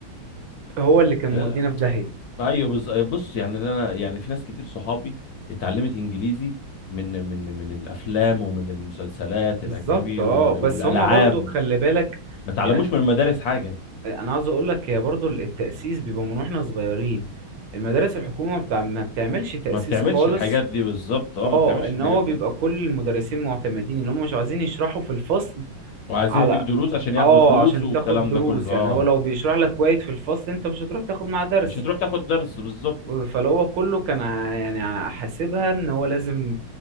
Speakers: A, on the right; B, on the left.
A: هو اللي كان مودينا
B: اه،
A: في داهية
B: ايوه بز- بص يعني انا يعني في ناس كتير صحابي اتعلمت انجليزي من من من الافلام ومن المسلسلات
A: بالظبط
B: الاجنبي
A: اه
B: وال-
A: بس
B: والالعاب
A: هما برضو خلي بالك
B: ما اتعلموش
A: يعني
B: من المدارس حاجة
A: انا عاوز اقول لك هي برضو التأسيس بيبقى من واحنا صغيرين المدارس الحكومة ما بتاع ما بتعملش تأسيس
B: ما بتعملش
A: خالص
B: الحاجات دي بالظبط اه ما
A: اه
B: بتعملش
A: ان
B: الحاجات
A: هو
B: دي
A: بيبقى كل المدرسين معتمدين ان هم مش عايزين يشرحوا في الفصل
B: وعايزين
A: على
B: يديك دروس عشان ياخدوا
A: اه
B: فلوس
A: عشان
B: والكلام
A: تاخد دروس
B: ده كله
A: يعني
B: اه
A: هو لو بيشرح لك كويس في الفصل انت مش هتروح تاخد معاه درس
B: مش هتروح تاخد درس بالظبط
A: و- فلو هو كله كان ع- يعني ع- حاسبها ان هو لازم